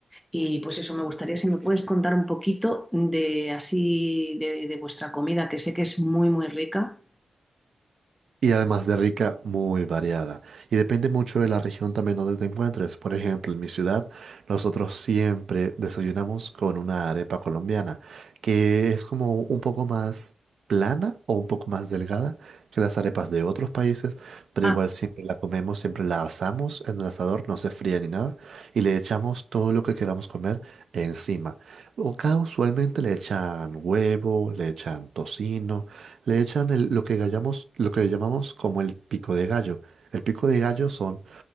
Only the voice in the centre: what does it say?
Y pues eso, me gustaría si me puedes contar un poquito de así de, de vuestra comida, que sé que es muy, muy rica.
Ah,